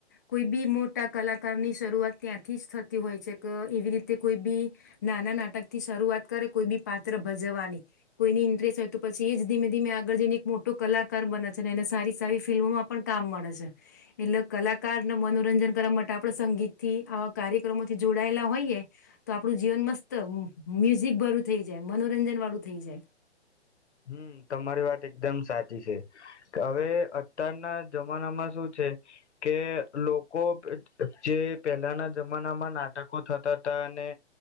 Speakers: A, on the left; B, on the left.
A: કોઈ બી મોટા કલાકારની શરૂઆત ત્યાંથી જ થતી હોય છે કે એવી રીતે કોઈ બી નાના નાટક થી શરૂઆત કરે કોઈ બી પાત્ર ભજવવાની કોઈની ઇન્ટરેસ્ટ હોય તો પછી એ જ ધીમે ધીમે આગળ જઈને એક મોટો કલાકાર બને છે ને એને સારી સારી ફિલ્મોમાં પણ કામ મળે છે એટલે કલાકારને મનોરંજન કરવા માટે આપણે સંગીત થી આવા કાર્યક્રમોથી જોડાયેલા હોઈએ તો આપણું જીવન મસ્ત મ્યુઝિક ભરું થઈ જાય મનોરંજન વાળું થઈ જાય
B: હમ તમારી વાત એકદમ સાચી છે હવે અત્યારના જમાનામાં શું છે કે લોકો જે પહેલાના જમાનામાં નાટકો થતા હતા અને